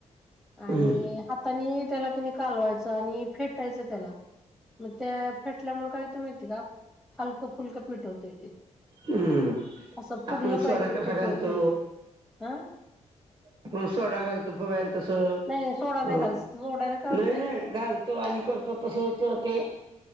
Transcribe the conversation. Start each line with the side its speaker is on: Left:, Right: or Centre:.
Centre: आणि
Right: हम्म
Centre: ह हातांनी त्याला क णी कालवायचं आणि फेटायचं त्याला मग त्या फेटल्यामुळे काय माहिती का हलक फुलक पीठ होतय ते.
Right: हम्म
Centre: अस फुगल
Right: आपण सोडा
Centre: पाहिजे
Right: कसा
Centre: फेटून
Right: घालतो
Centre: फेटून हां
Right: आपण सोडा घालतो फुगायला तस अ
Centre: नाही नाही सोडा नाही घाल सोड्याने काय होतय
Right: नाही नाही घाल. तो आणि करतो तसच ते